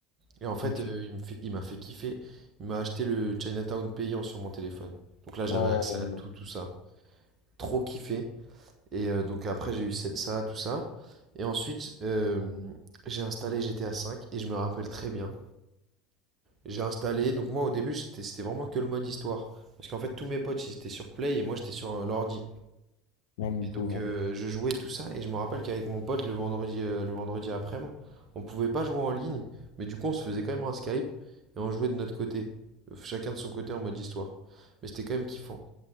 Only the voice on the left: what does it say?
Ok.
Oh,
non, mon
pauvre.